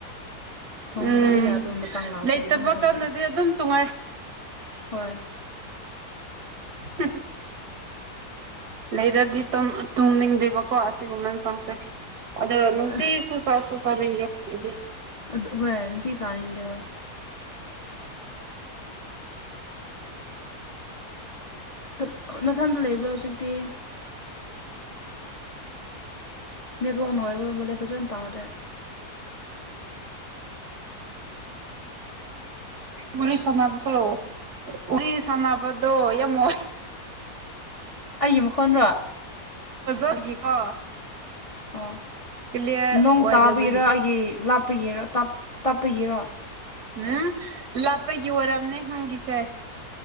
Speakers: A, on the left; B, on the right.
A: ꯊꯣꯡꯗ꯭ꯔꯗꯤ
B: ꯎꯝ
A: ꯌꯥꯗꯕꯩ ꯃꯇꯥꯡ ꯂꯥꯛꯄꯒꯤ
B: ꯂꯩꯇꯕ
A: ꯑꯗꯨꯝ ꯊꯣꯡꯕꯗꯣ
B: ꯀꯥꯟꯗꯗꯤ ꯑꯗꯨꯝ ꯇꯣꯡꯉꯥꯏ
A: ꯍꯣꯏ
B: <unintelligible> ꯂꯩꯔꯗꯤ ꯇꯨꯝ ꯇꯨꯝꯅꯤꯡꯗꯦꯕꯀꯣ ꯑꯁꯤ ꯒꯨꯝꯕ ꯏꯟꯁꯥꯡꯁꯦ ꯑꯗꯨꯒ
A: ꯍꯣꯏ
B: ꯅꯨꯡꯇꯤꯁꯨ ꯆꯥ ꯁꯨ ꯆꯥꯅꯤꯡꯗꯦ <unintelligible>
A: ꯑꯗꯨ ꯍꯣꯏ ꯅꯨꯡꯇꯤ ꯆꯥꯅꯤꯡꯗꯦ ꯍꯣꯏ ꯅ ꯅꯊꯟꯗ ꯂꯩꯕ꯭ꯔꯣ ꯍꯧꯖꯤꯛꯇꯤ ꯅꯦꯠꯋꯥꯛ ꯅꯨꯉꯥꯏꯇꯕ ꯃꯥꯜꯂꯦ ꯐꯖꯅ ꯇꯥꯗ꯭ꯔꯦ
B: ꯋꯥꯔꯤ ꯁꯥꯟꯅꯕꯁꯨ ꯋꯥꯔꯤ ꯁꯥꯟꯅꯕꯗꯣ ꯌꯥꯝ ꯋꯥꯏ
A: ꯑꯩꯒꯤ ꯃꯈꯣꯟꯔꯣ
B: ꯐꯖꯕꯒꯤꯀꯣ
A: ꯑꯥ
B: ꯀ꯭ꯂꯤꯌꯥꯔ
A: ꯅꯣꯡ
B: ꯑꯣꯏꯗꯕꯒꯤ
A: ꯇꯥꯕꯒꯤꯔꯥ ꯑꯩꯒꯤ ꯂꯥꯞꯄꯒꯤꯔ ꯇꯞ ꯇꯞꯄꯒꯤꯔ
B: ꯎꯝ ꯂꯥꯞꯄꯒꯤ ꯑꯣꯏꯔꯝꯅꯤ ꯅꯪꯒꯤꯁꯦ